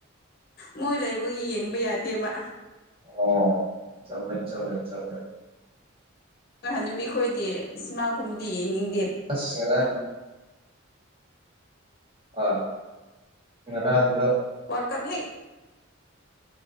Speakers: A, on the left (about 45°); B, on the right (about 25°).
A: ꯃꯣꯏ ꯂꯩꯕ ꯌꯦꯡꯕ ꯌꯥꯗꯦꯕ
B: ꯑꯣ ꯆꯃꯦ ꯆꯃꯦ ꯆꯃꯦ
A: ꯍꯣꯏ ꯍꯅꯨꯃꯤ ꯑꯩꯈꯣꯏꯗꯤ ꯏꯁꯃꯥꯒꯨꯝꯕꯗꯤ ꯌꯦꯡꯅꯤꯡꯕ
B: ꯐꯁꯦ ꯔ ꯍ ꯉ ꯑꯗꯣ
A: ꯀꯕꯤ